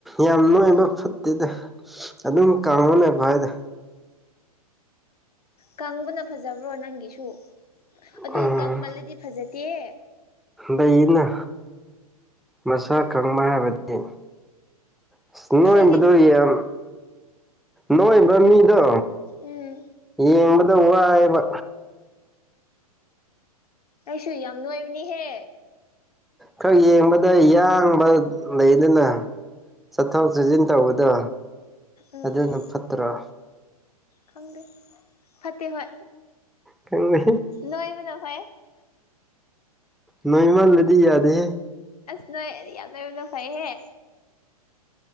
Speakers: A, in the centre; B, on the left.
A: ꯌꯥꯝ ꯣꯏꯕ
B: ꯎꯝ
A: ꯐꯠꯇꯦꯗ ꯑꯗꯨꯝ ꯀꯥꯥꯟꯅꯦ ꯐꯏꯗ
B: ꯀꯪꯕꯅ ꯐꯖꯕ꯭ꯔꯣ ꯅꯪꯒꯤꯁꯨ ꯑꯗꯨ
A: ꯎꯝ
B: ꯀꯪꯃꯜꯂꯗꯤ ꯐꯖꯗꯦ
A: ꯂꯩꯅ ꯃꯁꯥ ꯈꯪꯕ ꯍꯥꯏꯕꯗꯤ ꯑꯁ ꯅꯣꯏꯕꯗꯣ
B: ꯑꯩꯗꯤ
A: ꯌꯥꯝ ꯅꯣꯏꯕ ꯃꯤꯗꯣ
B: ꯎꯝ
A: ꯌꯦꯡꯕꯗ ꯋꯥꯏꯕ
B: ꯀꯁꯨ ꯌꯥꯝ ꯅꯣꯏꯕꯅꯤꯍꯦ
A: ꯈꯔ ꯌꯦꯡꯕꯗ ꯌꯥꯡꯕ ꯂꯩꯗꯅ ꯆꯠꯊꯣꯛ ꯆꯠꯁꯤꯟ ꯇꯧꯕꯗꯣ
B: ꯎꯝ
A: ꯑꯗꯨꯅ ꯐꯠꯇ꯭ꯔꯣ
B: ꯈꯪꯗꯦ ꯐꯠꯇꯦ ꯍꯣꯏ
A: ꯈꯪꯗꯦ
B: ꯅꯣꯏꯕꯅ ꯐꯥꯏ
A: ꯅꯣꯏꯃꯤ ꯃꯂꯗꯤ ꯌꯥꯗ
B: ꯅꯣꯏꯔꯤꯌꯥꯗꯅ ꯐꯩꯍꯦ